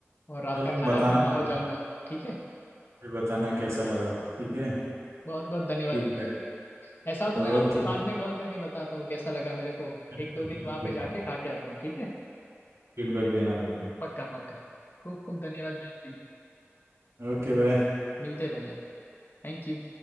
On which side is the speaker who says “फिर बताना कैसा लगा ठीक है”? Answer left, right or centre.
Right